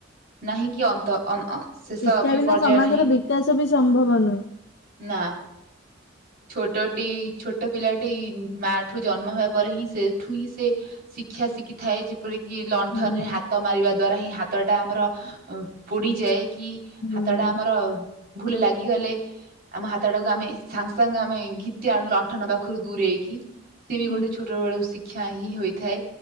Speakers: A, on the right; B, on the left.
A: ନାହିଁ କି ଅନ୍ତ ଅ ଅ ଶେଷ
B: ଶିକ୍ଷା
A: ବି
B: ବିନା
A: ପର୍ଯୟ
B: ସମାଜର
A: ନାହିଁ
B: ବିକାଶ ବି ସମ୍ଭବ ନୁହେଁ।
A: ନା। ଛୋଟଟି ଛୋଟ ପିଲାଟି ମା ଠୁ ଜନ୍ମ ହେବା ପରେ ହିଁ ସେଠୁ ହିଁ ସେ ସି ଶିକ୍ଷା ଶିକିଥାଏ ଯି ଯେପରିକି ଲଣ୍ଠନରେ
B: ହୁଁ
A: ହାତ ମାରିବା ଦ୍ବାରା ହିଁ ହାତଟା ଆମର ଉଁ ପୋଡ଼ିଯାଏ। କି
B: ହୁଁ
A: ହାତଟା ଆମର ଭୁଲରେ ଲାଗିଗଲେ ଆମ ହାତଟାକୁ ଆମେ ସାଙ୍ଗ ସାଙ୍ଗ ଆମେ ଘିତି ଆଣୁ ଲଣ୍ଠାନ ପାଖୁରୁ ଦୂରେଇକି। ସିଏ ବି
B: ହୁଁ
A: ଗୋଟେ ଛୋଟୋ ବୋଳୁ ଶିକ୍ଷା ହିଁ ହୋଇଥାଏ।